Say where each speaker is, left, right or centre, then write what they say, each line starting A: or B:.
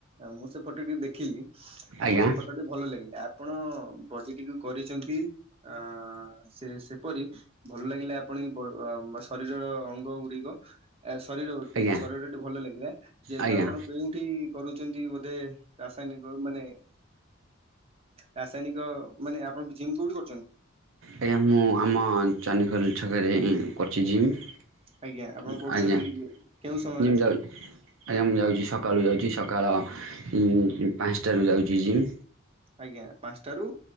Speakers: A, on the right; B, on the right.
A: ମୁଁ ସେ ଫଟୋ ଟି ଦେଖିଲି
B: ଆଜ୍ଞା
A: ଆପଣଙ୍କ ଫଟୋ ଟି ଭଲ ଲାଗିଲା ଆ ଆପଣ ବଜିଟିକୁ କରିଚନ୍ତି ଆ ସେ ସେ ପରି ଭଲ ଲାଗିଲେ ଆପଣ ଏ ବା ଶରୀରର ଅଙ୍ଗ ଗୁଡ଼ିକ ଆ ଶରୀର ଗୋଟି
B: ଆଜ୍ଞା
A: ଶରୀର ଟି ଭଲ ଲାଗିଲା ଯେହେତୁ
B: ଆଜ୍ଞା
A: ଆପଣ କେଉଁଠି କରୁଛନ୍ତି ବୋ ଦେ ରାସାୟନିକ ମାନେ ରାସାୟନିକ ମାନେ ଆପଣ ଜିମ୍ କୋଉଠି କ
B: ଆଜ୍ଞା ମୁଁ ଆମ ଚଣ୍ଟିଖୋଲ ଛକରେ କରିୁଛି ଜିମ୍।
A: ଆଜ୍ଞା ଆପଣ କରୁଛନ୍ତି
B: ଆଜ୍ଞାା
A: କେଉଁ ସମୟରେ
B: ଜିମ୍ ଯାଉଚି ଆଜ୍ଞା ମୁ ଯାଉଚି ସକ ସକାଳୁ ଯାଉଚି ସକାଳ ଉ, ପାଞ୍ଚଟାରୁ ଯାଉଚି ଜିମ୍।
A: ଆଜ୍ଞା ପାଞ୍ଚଟାରୁ